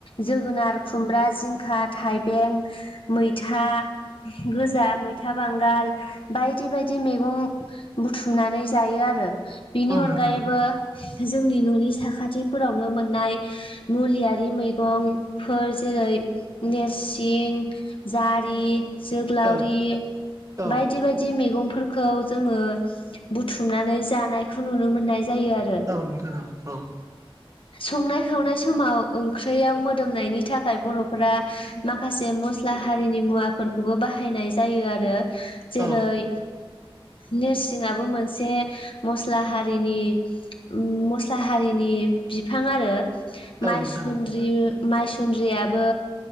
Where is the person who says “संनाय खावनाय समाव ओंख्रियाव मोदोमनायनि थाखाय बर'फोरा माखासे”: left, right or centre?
Left